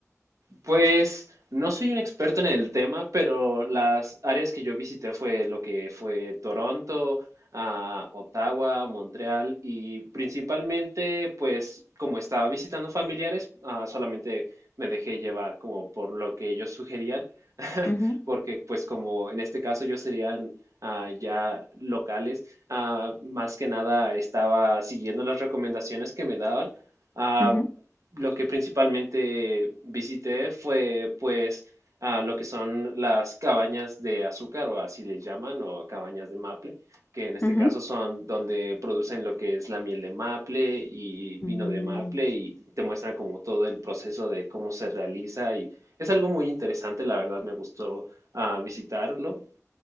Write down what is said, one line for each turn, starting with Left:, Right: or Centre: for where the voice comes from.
Right: Pues no soy un experto en el tema, pero las áreas que yo visité fue lo que fue Toronto, ah, Ottawa, Montreal y principalmente, pues como estaba visitando familiares, ah, solamente me dejé llevar como por lo que ellos sugerían, <laughs>
Left: Ujú,
Right: porque pues como en este caso ellos serían ah, ya locales, ah, más que nada estaba siguiendo las recomendaciones que me daban. Ah,
Left: ujú,
Right: lo que principalmente visité fue pues a lo que son las cabañas de azúcar o así le llaman o cabañas de maple, que en este
Left: ujú.
Right: caso son donde producen lo que es la miel de maple y vino
Left: Mm,
Right: de maple y te muestran como todo el proceso de cómo se realiza y es algo muy interesante, la verdad me gustó ah, visitarlo